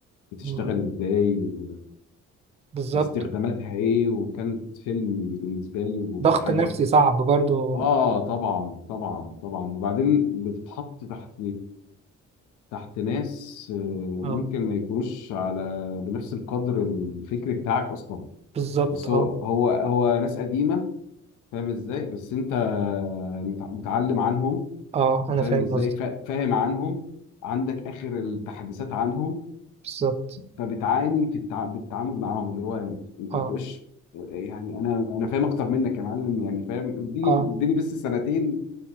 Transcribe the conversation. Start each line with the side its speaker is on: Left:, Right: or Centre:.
Left: بتشتغل
Right: مم.
Left: ازاي و...
Right: بالظبط
Left: واستخداماتها ايه وكانت فيلم بالنسبه لي وحاجه
Right: ضغط نفسي صعب برضو
Left: اه طبعا طبعا طبعا وبعدين بتتحط تحت تحت ناس آه،
Right: اه
Left: ممكن ما يكونوش على بنفس القدر الفكري بتاعك اصلا
Right: بالظبط
Left: بس
Right: اه
Left: هو هو هو ناس قديمه فاهم ازاي بس انت متع- متعلم عنهم
Right: اه انا
Left: انت فاهم
Right: فاهم
Left: ازاي
Right: قصدك
Left: فا- فاهم عنهم عندك اخر التحديثات عنهم
Right: بالظبط
Left: فبتعاني في التع... بالتعامل معاهم اللي هو يعني انت
Right: اه
Left: بتبقاش يعني انا انا فاهم اكتر منك يا معلم يعني فاهم اديني
Right: اه
Left: اديني بس سنتين